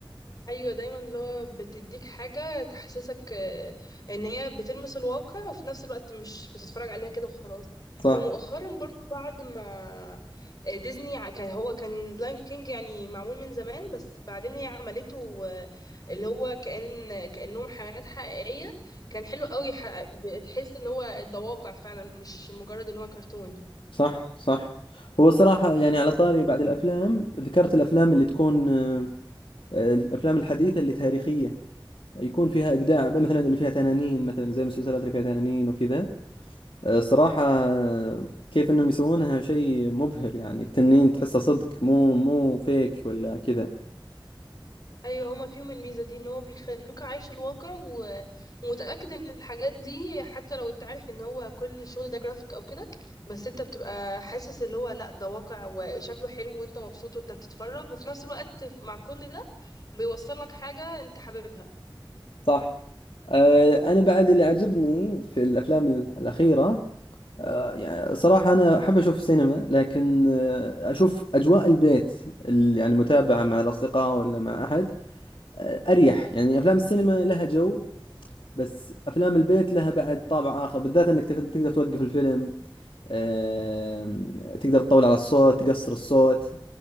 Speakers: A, on the left; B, on the left.
A: ايوه دايما اللي هو بتديك حاجه تحسسك آه، ان هي بتلمس الواقع وفي نفس الوقت مش بتتفرج عليها كده وخلاص
B: صح
A: ومؤخرا برضو بعد ما آه، ديزني ع- كان هو كان لاين كينج يعني معمول من زمان بس بعدين هي عملته آه، اللي هو كأن كأنهم حيوانات حقيقيه كان حلو قوي ح- بتحس ان هو ده واقع فعلا مش مجرد ان هو كرتون
B: صح صح هو صراحة يعني على طاري بعد الأفلام ذكرت الأفلام اللي تكون آه، آه، الأفلام الحديثة اللي تاريخية يكون فيها إبداع مثلا اللي فيها تنانين مثلا زي المسلسلات اللي فيها تنانين وكذا آه، صراحة آه، كيف إنهم يسوونها شيء مبهر يعني التنين تحسه صدق مو مو فيك ولا كذا
A: ايوه هما فيهم الميزه دي ان هو بيخلوك عايش الواقع و... ومتاكد ان الحاجات دي حتى لو انت عارف ان هو كل الشغل ده جرافيك او كده بس انت بتبقى حاسس اللي هو لا ده واقع وشكله حلو وانت مبسوط وانت بتتفرج وفي نفس الوقت مع كل ده بيوصل لك حاجه انت حاببها
B: صح آه، أنا بعد اللي عجبني في الأفلام الأخيرة آه، يعني صراحة أنا أحب أشوف السينما لكن آه، أشوف أجواء البيت ال- يعني متابعة مع الأصدقاء ولا مع أحد آه، أريح يعني أفلام السينما لها جو بس أفلام البيت لها بعد طابع آخر بالذات أنك تقد- تقدر توقف الفيلم آم، تقدر تطول على الصوت تقصر الصوت